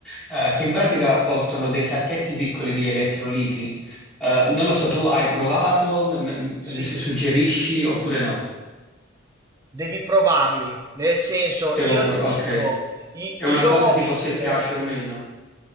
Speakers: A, in the centre; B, on the right.
A: eh, che in pratica portano dei sacchetti piccoli di elettroliti, eh, non
B: Sì,
A: lo so, tu hai
B: dice.
A: provato, m- m-
B: Sì.
A: m- se suggerisci oppure no?
B: Devi provarli. Nel senso,
A: Devo
B: io
A: provare,
B: ti dico,
A: ok.
B: i-
A: È
B: io
A: una cosa
B: ho
A: tipo
B: visto.
A: se piace o meno.